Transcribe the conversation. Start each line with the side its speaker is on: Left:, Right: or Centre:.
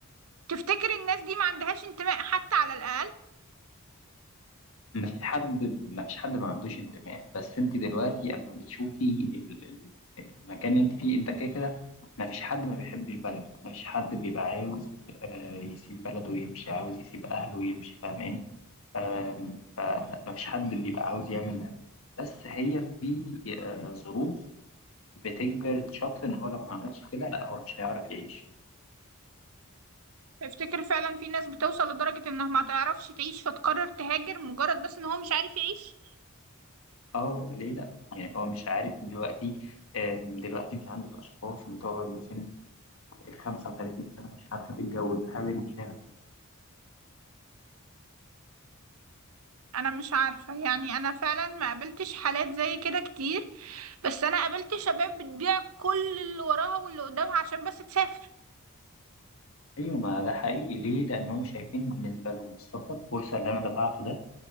Right: تفتكر الناس دي ما عندهاش انتماء حتى على الاقل
Left: ما فيش حد ما فيش حد ما عندوش انتماء بس انت دلوقتي اما بتشوفي ال- ال- المكان اللي انت فيه انت كده كده ما فيش حد ما بيحبش بلده ما فيش حد بيبقى عاوز آه يسيب بلده ويمشي عاوز يسيب اهله ويمشي فاهماني آم، فمفيش حد بيبقى عاوز يعمل ده بس هي في آه، ظروف بتجبر الشخص ان هو لو ما عملش كده لا هو مش هيعرف يعيش
Right: افتكر فعلا في ناس بتوصل لدرجة انها ما تعرفش تعيش فتقرر تهاجر مجرد بس ان هو مش عارف يعيش
Left: اه ليه لا يعني هو مش عارف دلوقتي آم، دلوقتي انت عندك اشخاص بتقعد لسن ال 35 سنه مش عارفه تتجوز هل انت شايف
Right: انا مش عارفة يعني انا فعلا ما قابلتش حالات زي كده كتير بس انا قابلت شباب بتبيع كل اللي وراها واللي قدامها عشان بس تسافر
Left: ايوه ما ده حقيقي ليه لان هم شايفين بالنسبه لهم السفر فرصه اللي انا دفعته ده